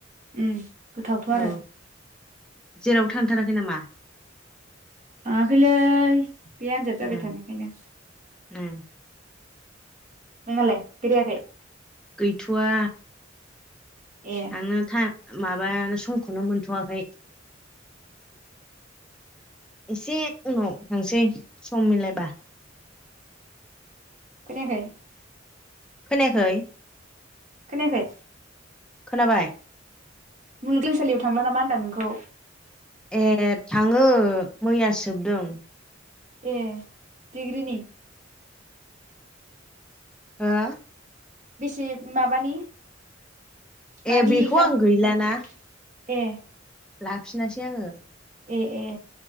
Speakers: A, on the right; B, in the centre.
A: उम गोथावथ' आरो
B: औ जेरावबो थांथाराखै नामा?
A: आगोल बे आन्जाद जाबाय
B: उम
A: थानायखायनो
B: उम
A: नङलाय गिरियाखाय
B: गैथ'वा।
A: ए
B: थांनो थाइम माबा समखौनो मोनथ'वाखै। एसे उनाव थांसै सम मिलायबा।
A: खोनायाखै?
B: खोनायाखै?
A: खोनायाखै?
B: खोनाबाय।
A: मुलुगलोंसालियाव थांला नामा होनदां नोंखौ?
B: ए थाङो। मैया सोबदों।
A: ए डिग्रिनि?
B: हा?
A: बेसे माबानि? मानि
B: ए बेखौ
A: एगजाम
B: आं गैलाना।
A: मानि ए
B: लाफिनासै आङो।
A: ए ए।